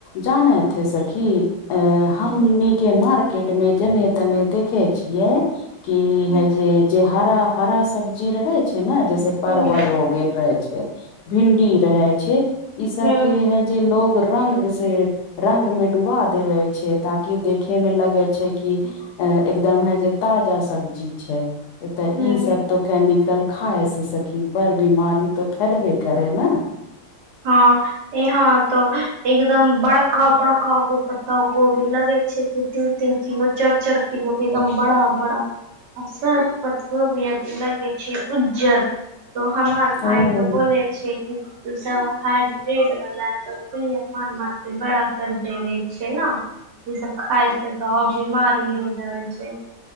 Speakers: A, on the left; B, on the right.
A: जानैथ हय सखी अ हमनी
B: हूँ
A: के मार्केट मे जेने तेने देखे छियै कि
B: हूँ
A: हे जे जे हरा हरा सब्जी रहै छै ने जैसे परवल
B: हूँ
A: हो गेल रहै छै भिंडी रहै छै ई सब
B: हूं
A: के हे जे लोग रंग से रंग मे डुबा देवे छै ताकि देखे मे लगै छै कि एकदमे जे ताजा सब्जी छै नय तऽ
B: हूं
A: ई सब तो केमिकल खाइ से सखी बड़ बिमारी तऽ फैलबे करे ने
B: हँ यहाँ तऽ एकदम बड़क्का बड़क्का गो पत्ता गोभी लगे छैय तीन तीन <unintelligible> चर चर किलो के एकदम बड़ा बड़ा अ पतवो वियत लगै छै उज्जर त हमर माय
A: ओ
B: तऽ बोलै छै कि ई सब हाइडब्रिड वाल सब सुझ्या मार मार के बड़ा कर देवे छै ने ई सब खाय छै तऽ ओर बीमार हो जाइ छै